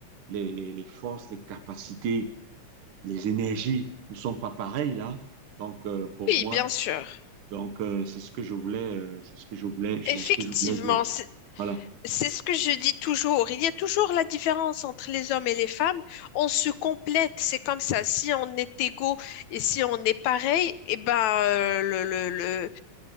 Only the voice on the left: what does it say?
oui,
bien sûr.
Effectivement,
c'est
C'est ce que je dis toujours. Il y a toujours la différence entre les hommes et les femmes. On se complète, c'est comme ça. Si on est égaux et si on est pareil, eh ben, euh, le, le- le-